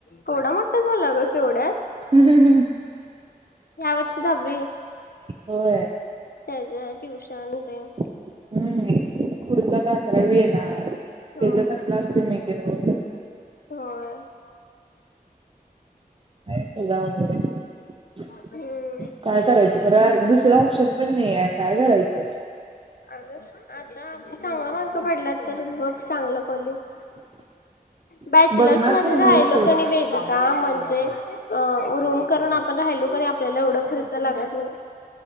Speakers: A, on the left (about 80°); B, on the right (about 35°).
A: थोडा मोठा गं झाला ग केवढ्यात?
B: हम् हम हम्.
A: या वर्षी दहावी.
B: व्हय.
A: त्याच ट्युशन तेन
B: हम्म पुढचा आकाररावी येणार त्याचा
A: होय
B: कसला असतंय माहिती नव्ह?
A: व्हय ‌.
B: काय सगळ अवघड हाय?
A: हम्म
B: काय करायचं खरा, दुसरं ऑप्शन पण नाही आहे काय करायचं?
A: अग आता चांगला मार्क पडल्यात तर बघ चांगलं कॉलेज.
B: <inaudible>
A: बॅचलर्स
B: बघणार
A: मध्ये
B: तर
A: राहिल
B: हाय सोड
A: कणी वेग का म्हणजे अ -रूम करून आपण राहिलो कनी, आपल्याला एवढा खर्च लागत नाही.